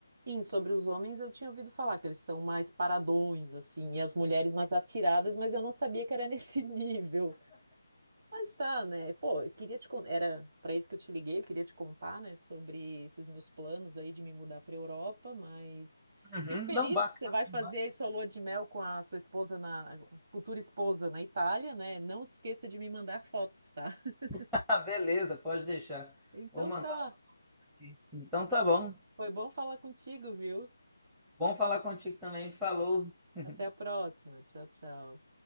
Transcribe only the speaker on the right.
sim, sobre os homens eu tinha ouvido falar que eles são mais paradões, assim, e as mulheres mais atiradas, mas eu não sabia que era nesse <laughs> nível. Mas tá, né? Pô, eu queria te con- era para isso que eu te liguei, eu queria te contar, né, sobre esses meus planos aí de me mudar para Europa, mas
fico feliz
que você vai
fazer aí sua lua de mel com a sua esposa na futura esposa na Itália, né? Não esqueça de me mandar fotos, tá? <laughs>
Então
tá.
Foi bom falar contigo, viu?
Até a próxima. Tchau, tchau.